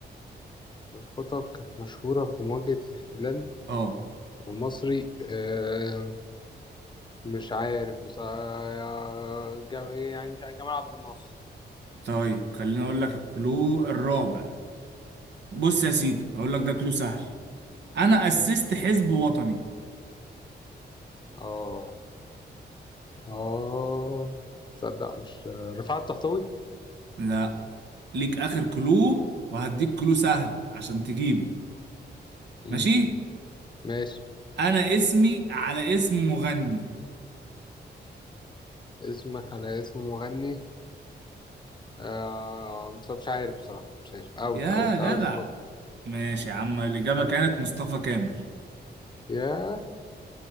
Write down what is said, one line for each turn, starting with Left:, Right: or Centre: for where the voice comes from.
Left: الخطب كانت مشهورة في مواجهة الاحتلال
Right: اه
Left: المصري آه مش عارف بس آه، جم- يعني مش عارف، جمال عبد الناصر
Right: طيب خليني اقول لك الكلو الرابع بص يا سيدي هقول لك ده كلو سهل انا اسست
Left: مم.
Right: حزب وطني
Left: اه اه تصدق مش رفعت الطهطاوي
Right: لا ليك اخر كلو وهديك كلو سهل عشان تجيبه
Left: مم.
Right: ماشي
Left: ماشي
Right: انا اسمي على اسم مغني
Left: اسمك على اسم مغني آه مش مش عارف بصراحة مش عارف اوت
Right: يا
Left: اوت
Right: جدع
Left: اوت
Right: ماشي يا عم الاجابه كانت مصطفى كامل
Left: ياه